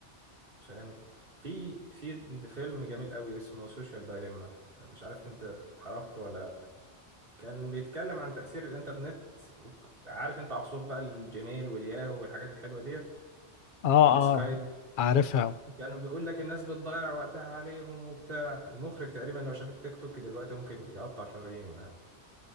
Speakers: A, on the right (about 55°); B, on the left (about 55°).
A: فهمت في في فيلم جميل قوي اسمه سوشيال دايليما مش عارف انت تعرفه ولا لا كان بيتكلم عن تأثير الإنترنت وعارف انت عصور بقى الجيميل والياهو والحاجات الحلوة ديت
B: اه اه
A: والسكايب
B: عارفها
A: كانوا بيقول لك الناس بتضيع وقتها عليهم وبتاع المخرج تقريبا لو شاف التيك توك دلوقتي ممكن يقطع شرايينه يعني